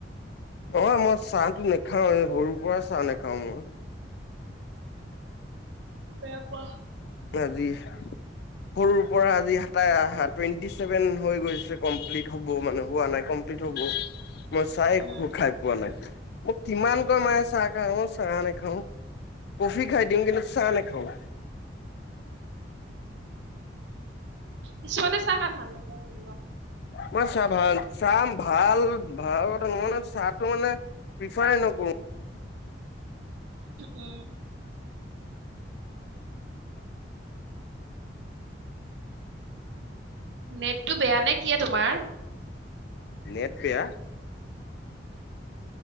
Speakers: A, on the left; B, on the right.
A: অ মই চাহটো নাখাও এই সৰুৰ পৰা চাহ নাখাও মই।
B: বেয়া পোৱা।
A: আজি সৰুৰ পৰা আজি হাতা টুৱেন্টি চছেভেন হৈ গৈছে কমপ্লিট হ'ব মানে হোৱা নাই কমপ্ল হব। মই চাই
B: উম
A: খো খাই পোৱা নাই মোক কিমানকৈ মায়ে চাহ খা মই। চাহ নে খাওঁ কফি খাই দিওঁ কিন্তু চাহ নে খাওঁ।
B: কিছুমানে চাহ খায় ভাল নাপৰে বাৰো।
A: মই চাহ ভাল। চাহ ভাল ভাল কথা নহানে চাহটো মানে প্ৰিফাৰ নকৰোঁ।
B: উম। নেটটো বেয়া নে কি তোমাৰ।
A: নেট বেয়া।